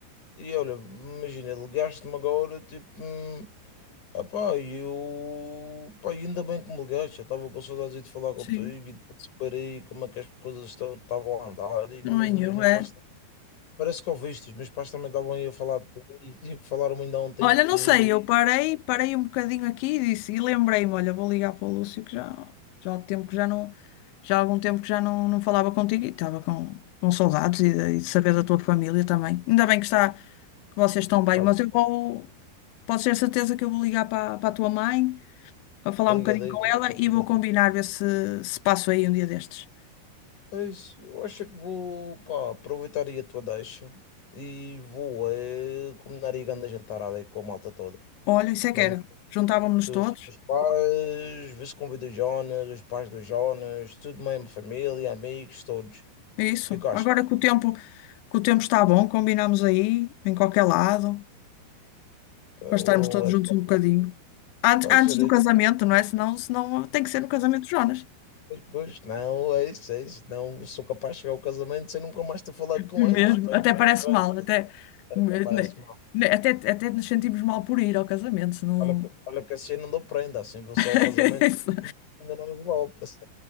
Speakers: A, on the left; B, on the left.
A: E olha, imagina, ligaste-me agora, tipo, hum, ah pá, e eu, pá, e ainda bem que me ligaste, eu estava com saudades de falar contigo
B: Sim,
A: e de saber aí como é que as coisas estão- estavam a andar, e mesmo
B: não é nenhum,
A: os meus
B: é.
A: pais, parece que ouviste, os meus pais também estavam aí a falar de ti, <laughs> e falaram ainda ontem
B: Olha,
A: de ti,
B: não sei, eu parei, parei um bocadinho aqui e disse, e lembrei-me, olha, vou ligar para o Lúcio que já, já há tempo que já não, já há algum tempo que já não, não falava contigo e estava com, com saudades e de, e de saber da tua família também. Ainda bem que está, que vocês estão bem,
A: faz,
B: mas
A: bom.
B: eu vou, posso ter certeza que eu vou ligar para, para a tua mãe, a falar
A: liga,
B: um bocadinho
A: liga,
B: com ela
A: liga,
B: e
A: liga.
B: vou combinar ver se, se passo aí um dia destes.
A: É isso. Eu acho que vou, pá, aproveitar aí a tua deixa e vou é, combinar aí a grande jantarada aí com a malta toda.
B: Olha, isso é
A: Mesmo
B: que era.
A: os
B: Juntávamos-nos todos.
A: teus pais, vê se convida o Jonas, os pais do Jonas, tudo mesmo, família, amigos, todos.
B: É isso.
A: O que é que achas?
B: Agora que o tempo, que o tempo está bom, combinamos aí, em qualquer lado.
A: Então,
B: para estarmos todos
A: é,
B: juntos um bocadinho. Antes,
A: vai
B: antes
A: ser
B: do
A: isso.
B: casamento, não é? Senão, senão tem que ser no casamento de Jonas.
A: Pois, não, é isso, é isso. Não sou capaz de chegar ao casamento sem nunca mais ter falado com
B: Mesmo.
A: ele. De repente,
B: Até
A: já
B: parece
A: me prende.
B: mal, até,
A: Até
B: ne-
A: parece mal.
B: ne- até, até nos sentimos mal por ir ao casamento, senão.
A: Olha que, olha que assim não dou prenda, assim vou só
B: <laughs>
A: ao casamento,
B: Isso.
A: ainda não me golpe, <laughs> assim.